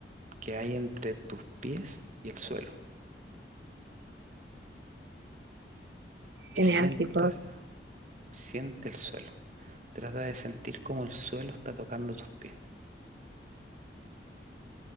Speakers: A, on the right; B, on the right.
A: que hay entre tus pies y el suelo, que
B: Genial,
A: sientas,
B: si puedo.
A: siente el suelo. Trata de sentir cómo el suelo está tocando tus pies.